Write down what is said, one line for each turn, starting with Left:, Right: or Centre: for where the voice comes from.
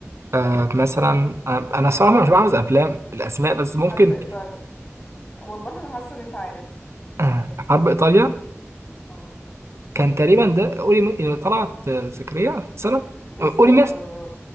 Right: آه مثلا آه
Left: تيتو
Right: انا صراحة مش بحفظ افلام الاسماء بس ممكن
Left: حرب ايطاليا والله انا حاسة ان انت عارف
Right: آه حرب ايطاليا
Left: اه
Right: كان تقريبا ده قولي م- اللي طلعت آه، سكرية مثلا
Left: بالظبط
Right: آه، قولي مس